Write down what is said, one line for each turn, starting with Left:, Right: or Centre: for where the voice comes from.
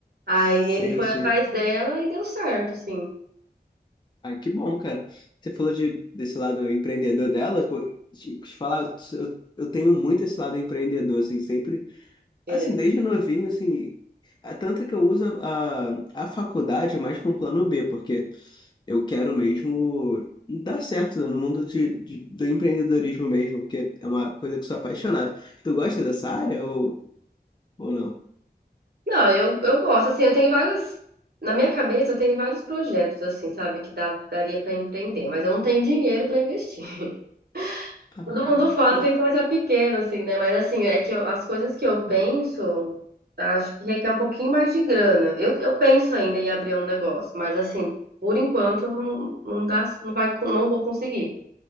Right: Aí
Left: Sim,
Right: ele foi
Left: sim.
Right: atrás dela e deu certo, assim.
Left: Ah, que bom, cara. Você falou de, desse lado empreendedor dela, pô, tipo, te falar, eu, eu tenho muito esse lado empreendedor, assim, sempre.
Right: É.
Left: Assim, desde novinho, assim, é tanto que eu uso a, a faculdade mais como plano B, porque eu quero mesmo dar certo né, no mundo de, de- do empreendedorismo mesmo, porque é uma coisa que eu sou apaixonado. Tu gosta dessa área ou, ou não?
Right: Não, eu, eu gosto, assim, eu tenho várias. Na minha cabeça, eu tenho vários projetos, assim, sabe, que dá, daria pra empreender, mas eu não tenho dinheiro pra investir. <laughs>
Left: Ah,
Right: Todo mundo fala
Left: isso.
Right: que tem que começar pequeno, assim, né? Mas, assim, é que eu- as coisas que eu penso, acho que requer um pouquinho mais de grana. Eu, eu penso ainda em abrir um negócio, mas, assim, por enquanto, eu não, não dá, não vai, não vou conseguir.